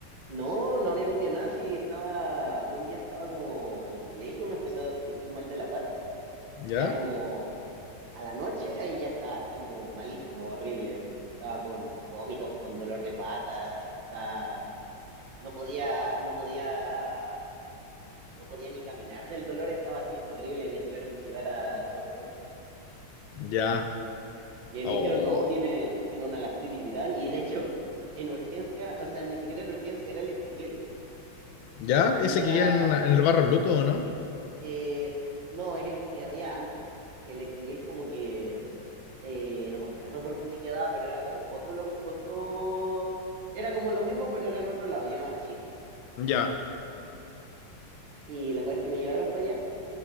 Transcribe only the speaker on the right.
No, no había comido nada, sí, estaba, un día estaba como en el colegio, me empecé a sentir mal de la guata,
y ya como a la noche, ahí ya estaba así como malísimo, horrible, estaba con vómitos, con dolor de guata, estaba- no podía, no podía, no podía ni caminar del dolor, estaba así horrible, me tuvieron que llevar a, a urgencia.
Y ahí me
dijeron, no, tiene, tiene una gastritis viral. Y de hecho, en urgencia, o sea, ni siquiera en urgencia, era el Ezequiel,
donde
era,
eh, no, es el que había antes. Que el Ezequiel como que, eh, no me acuerdo por dónde quedaba, pero era como otro, lo otro, era como lo mismo, pero era en otro lado y era más chico.
Y la cosa es que me llevaron para allá